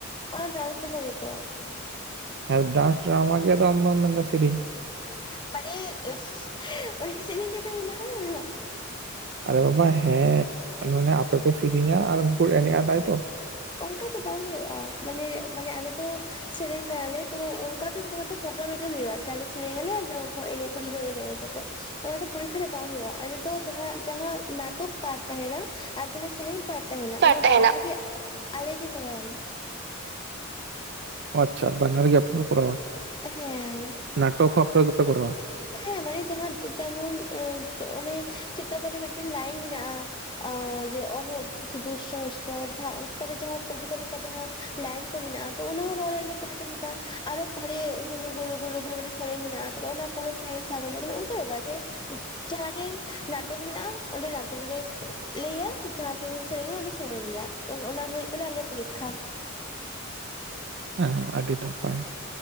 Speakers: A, on the left; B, on the right.
A: ᱚᱱᱟ ᱰᱟᱱᱥ ᱰᱨᱟᱢᱟ ᱜᱮ ᱛᱚ ᱾
B: ᱦᱮᱸ ᱰᱟᱱᱥ ᱰᱨᱟᱢᱟ ᱜᱮᱫᱚ ᱟᱢ ᱢᱟ ᱢᱮᱱᱫᱟ ᱥᱮᱨᱮᱧ ᱾
A: ᱢᱟᱱᱮ ᱥᱮᱨᱮᱧ ᱜᱮᱫᱚ ᱢᱮᱱᱟᱜᱼᱟ ᱾
B: ᱟᱨᱮ ᱵᱟᱵᱟ ᱦᱮᱸ ᱢᱟᱱᱮ ᱟᱯᱮᱯᱮ ᱥᱮᱨᱮᱧᱟ ᱟᱨ ᱩᱱᱠᱩ ᱠᱚ ᱮᱱᱮᱡᱼᱟ ᱛᱟᱭᱛᱚ ᱾
A: ᱚᱱᱠᱟ ᱫᱚ ᱵᱟᱝ ᱦᱩᱭᱩᱜᱼᱟ ᱢᱟᱱᱮ ᱢᱟᱱᱮ ᱟᱞᱮ ᱫᱚ ᱾ ᱥᱮᱨᱮᱧ ᱛᱟᱦᱮᱱᱟᱞᱮ ᱛᱚ ᱚᱱᱠᱟ ᱫᱚ ᱥᱩᱫᱷᱩ ᱢᱟᱛᱚᱨᱚ ᱯᱨᱳᱜᱨᱟᱢ ᱨᱮᱜᱮ ᱦᱩᱭᱩᱜᱼᱟ ᱡᱮ ᱟᱞᱮ ᱥᱮᱨᱮᱧ ᱟᱞᱮ ᱡᱚᱞ ᱠᱚ ᱮᱱᱮᱡᱟ ᱠᱩᱲᱤ ᱫᱚ ᱮᱱᱮᱢ ᱚᱪᱚ ᱠᱚ ᱾ ᱚᱱᱟ ᱫᱚ ᱯᱚᱨᱤᱠᱷᱟ ᱨᱮ ᱵᱟᱝ ᱦᱳᱭᱳᱜᱼᱟ ᱟᱨ ᱱᱤᱛᱚᱜ ᱡᱟᱦᱟᱸ ᱡᱟᱦᱟᱸ ᱱᱟᱴᱚᱠ ᱯᱟᱴ ᱛᱟᱦᱮᱱᱟ ᱟᱨ ᱡᱟᱦᱟᱸ ᱥᱮᱨᱮᱧ ᱯᱟᱴ ᱛᱟᱦᱮᱱᱟ
B: ᱯᱟᱴᱟ
A: ᱚᱱᱟ ᱵᱟᱱᱟᱨ
B: ᱦᱮᱱᱟᱜ
A: ᱨᱮᱜᱮ ᱟᱞᱮ ᱜᱮ ᱠᱚᱨᱟᱭᱟᱞᱮ ᱾
B: ᱚ ᱟᱪᱪᱷᱟ ᱵᱟᱱᱟᱨ ᱜᱮ ᱟᱯᱮ ᱯᱮ ᱠᱚᱨᱟᱣᱟ ᱾
A: ᱦᱮᱸ ᱾
B: ᱱᱟᱴᱚᱠ ᱦᱚᱸ ᱟᱯᱮ ᱜᱮᱯᱮ ᱠᱚᱨᱟᱣᱟ ᱾
A: ᱦᱮᱸ ᱢᱟᱱᱮ ᱡᱟᱦᱟᱸ ᱡᱮᱢᱚᱱ ᱚᱱᱮ ᱪᱮᱫᱟᱜ ᱠᱚᱨᱮ ᱢᱤᱫᱴᱮᱱ ᱞᱟᱭᱤᱱ ᱢᱮᱱᱟᱜᱼᱟ ᱾ ᱟ ᱡᱮ ᱚᱦᱚᱫ ᱠᱤ ᱫᱩᱨᱥᱚ ᱥᱯᱨᱫᱦᱟ ᱚᱱᱠᱟ ᱛᱮ ᱡᱟᱦᱟᱸ ᱠᱚᱵᱤᱛᱟ ᱞᱮᱠᱟ ᱛᱮ ᱡᱟᱦᱟᱸ ᱞᱟᱭᱤᱱ ᱠᱚ ᱢᱮᱱᱟᱜᱼᱟ ᱛᱚ ᱚᱱᱟ ᱦᱚᱸ ᱨᱚᱲ ᱟᱞᱮ ᱠᱚ ᱠᱚᱵᱤᱛᱟ ᱞᱮᱠᱟ ᱟᱨᱚ ᱯᱚᱨᱮ ᱜᱩᱨᱩ ᱜᱩᱨᱩ ᱜᱩᱨᱩ ᱜᱩᱨᱩ ᱢᱤᱫᱴᱮᱱ ᱥᱮᱨᱮᱧ ᱢᱮᱱᱟᱜᱼᱟ ᱛᱟᱦᱟᱞᱮ ᱚᱱᱟ ᱯᱚᱨᱮ ᱥᱮᱨᱮᱧ ᱥᱟᱵ ᱟᱞᱮ ᱢᱟᱱᱮ ᱚᱱᱠᱟ ᱵᱟᱝ ᱡᱮ ᱡᱟᱦᱟᱸ ᱴᱷᱮᱱ ᱱᱟᱴᱚᱠ ᱢᱮᱱᱟᱜᱼᱟ ᱚᱸᱰᱮ ᱱᱟᱴᱚᱠ ᱞᱮ ᱞᱟᱹᱭᱟ, ᱡᱟᱦᱟᱸ ᱴᱷᱮᱱ ᱥᱮᱨᱮᱧ ᱢᱮᱱᱟᱜᱼᱟ ᱚᱸᱰᱮ ᱥᱮᱨᱮᱧ ᱞᱮ ᱞᱟᱹᱭᱟ, ᱚᱱᱟ ᱚᱱᱟ ᱦᱩᱭᱩᱜ ᱛᱟᱞᱮᱭᱟ ᱟᱞᱮᱭᱟᱜ ᱯᱚᱨᱤᱠᱷᱟ ᱾
B: ᱦᱮᱸ ᱟᱹᱰᱤ ᱱᱟᱯᱟᱭ